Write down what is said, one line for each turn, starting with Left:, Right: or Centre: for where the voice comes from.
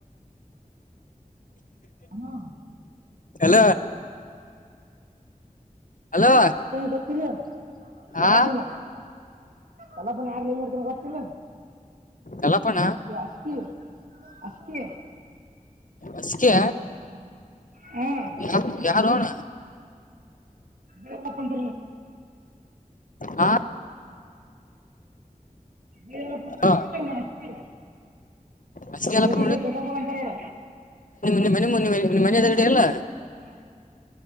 Right: ನೋಡ್ದ
Left: ಹಲೋ ಹಲೋ
Right: ಗತ್ತನ ಎಲ್ಲ
Left: ಆ
Right: ಬಣ ಕಲ ಬಣ ಯಾರ್ಲಿ ಏನ್ರ್ತನ ಗೊತ್ತತಿಿಲ್ಲ
Left: ಎಲ್ಲಪ್ಪಣ
Right: ಇ ಅಷ್ಟಕ ಅಷ್ಟಕ
Left: ಅಸಿಕೆ
Right: ಹಾ
Left: ಯ ಯಾರಾರಣ
Right: ಬಪ್ಪಂತ
Left: ಹ
Right: ಅಡ್ಡಿತಿ
Left: ಆ, ಅಸ್ಕೆ ಎಲ್ಲಪ್ಪ
Right: ಜೊತೆಕ ಜೊತೆಕ ಅಂಂತರರ
Left: ನಿ ಮನೆ ನಿ ಮನೆ ಎದಗಡೆ ಎಲ್ಲ
Right: ಹ್ಮ